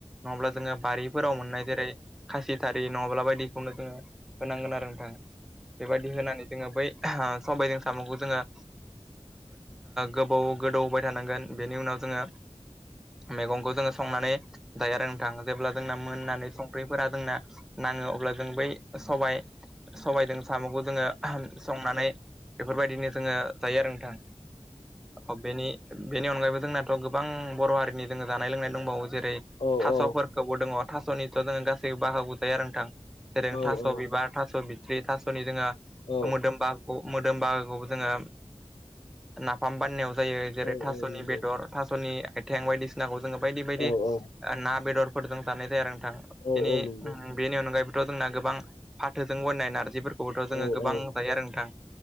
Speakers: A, in the centre; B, on the left.
A: नङाब्ला जोङो बारिफोराव मोननाय जेरै खासिथारि नङाब्ला बायदिखौनो जोङो होनांगोन आरो नोंथाङा बेबायदि होनानै जोङो बै सबायजों साम'खौ जोङो गोबाव गोदौबाय थानांगोन बेनि उनाव जोङो मैगंखौ जोङो संनानै थां जेब्ला जोंना मोननानै संख्रिफोरा जोंना नाङो अब्ला जों बै सबाय सबायजों साम'खौ जोङो संनानै बेफोरबायदिनो जोङो जायो आरो नोंथां अ बेनि बेनि अनगायैबो जोंनाथ' गोबां बर' हारिनि जोङो जानाय लोंनाय दंबावो जेरै
B: औ
A: थास'फोरखौबो दङ थास'निथ' जोङो गासैबो बाहागो जायो आरो नोंथां जेरै
B: औ
A: थास'
B: औ
A: बिबार थास' बिथ्रि थास'नि जोङो
B: औ
A: मोदोमबा मोदोम बागोखौ जोङो नाफाम बाननायाव जायो जेरै
B: औ
A: थास'नि
B: औ नंगौ
A: बेदर थास'नि आथिें बायदिसिनाखौ जोङो बायदि बायदि
B: औ औ
A: ना बेदरफोरजों जानाय जायो आरो नोंथां बेनि
B: औ औ नंगौ
A: बेनि अनगायैबोथ' जोंना गोबां फाथोजों गायनाय नारजिफोरखौबोथ' जोङो
B: औ
A: गोबां
B: औ
A: जायो आरो नोंथां